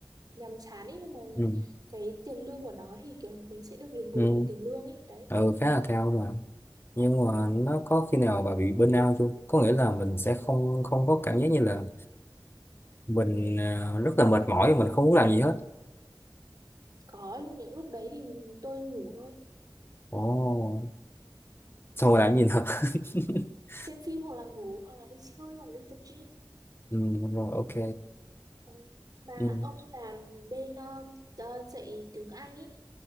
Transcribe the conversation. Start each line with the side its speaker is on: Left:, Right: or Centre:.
Right: nhàm chán ấy nhưng mà
Left: ừ
Right: cái tiền lương của nó thì kiểu mình sẽ được đền bù
Left: ừ
Right: bởi tiền lương ấy đấy
Left: ừ khá là cao mà nhưng
Right: ừ.
Left: mà nó có khi nào bà bị burnout chưa có nghĩa là mình sẽ không không có cảm giác như là mình ờ, rất là mệt mỏi mình không muốn làm gì hết
Right: có những lúc đấy thì mình tôi ngủ thôi
Left: Ồ, xong rồi làm gì nữa? <laughs>
Right: xem phim hoặc là ngủ hoặc là đi chơi hoặc đi tập gym
Left: ừ, rồi ok.
Right: Ờ. mà
Left: Ừ,
Right: ông làm bên um, ờ, dạy tiếng Anh ấy